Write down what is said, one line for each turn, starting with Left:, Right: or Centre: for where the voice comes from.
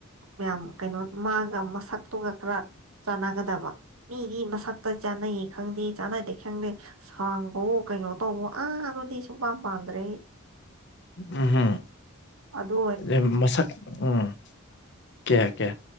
Right: ꯃꯌꯥꯝ ꯀꯩꯅꯣ ꯃꯥꯥꯒ ꯃꯁꯛꯇꯨꯒ ꯈꯔ ꯆꯥꯟꯅꯒꯗꯕ ꯃꯤꯒꯤ ꯃꯁꯛꯇ ꯆꯥꯅꯩꯌꯦ ꯈꯪꯗꯦ ꯆꯥꯟꯅꯗꯦ ꯈꯪꯗꯦ ꯁꯥꯡꯕ‌ꯑ‌ꯣ ꯀꯩꯅꯣ ꯇꯧꯕ‌ꯣ ꯑꯥ ꯑꯗꯨꯗꯤ ꯁꯨꯡꯄꯥꯝ ꯄꯥꯝꯗ꯭ꯔꯦ ꯑꯩ
Left: ꯎꯝ ꯍꯨꯝ
Right: ꯑꯗꯨ ꯑꯣꯏ
Left: ꯑꯗꯩ ꯃꯁꯛ ꯎꯝ ꯀꯦ ꯀꯦ